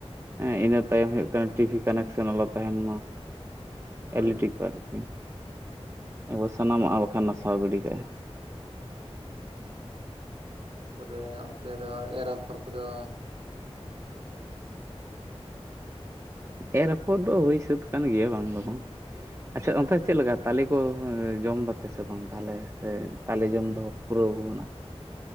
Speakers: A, on the right (about 25°); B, on the right (about 65°).
A: ᱦᱮᱸ ᱤᱱᱟᱹ ᱛᱟᱭᱚᱢ ᱦᱩᱭᱩᱜ ᱠᱟᱱᱟ ᱴᱤᱵᱷᱤ ᱠᱟᱱᱟᱮᱠ ᱥᱮᱱ ᱟᱞᱚ ᱛᱟᱦᱮᱱ ᱢᱟ᱾
B: ᱦᱳᱭ
A: ᱮᱞᱤᱴᱤᱠᱟ
B: ᱦᱳᱭ
A: <unintelligible> ᱥᱟᱱᱟᱢᱟᱜᱼᱟ ᱵᱟᱠᱷᱟᱱ ᱱᱟᱥᱟᱣ ᱜᱤᱰᱤ ᱠᱟᱜᱼᱟᱭ᱾
B: ᱛᱚᱵᱮ ᱚᱱᱛᱮ ᱫᱚ ᱮᱨ ᱟᱯᱷᱚᱨ ᱠᱚᱫᱚ
A: ᱮᱨ ᱟᱯᱷᱚᱨ ᱫᱚ ᱦᱩᱭ ᱥᱟᱹᱛ ᱠᱟᱱ ᱜᱮᱭᱟ ᱵᱟᱝ ᱫᱚ ᱵᱟᱝ᱾ ᱟᱪᱪᱷᱟ ᱚᱱᱛᱮ ᱪᱮᱫ ᱞᱮᱠᱟ ᱛᱟᱞᱮ ᱠᱚ ᱡᱚᱢ ᱫᱟᱯᱮ ᱥᱮ ᱵᱟᱝ ᱛᱟᱦᱚᱞᱮ᱾ ᱥᱮ ᱛᱟᱞᱮ ᱡᱚᱢ ᱫᱚ ᱯᱩᱨᱟᱹᱣᱱᱟ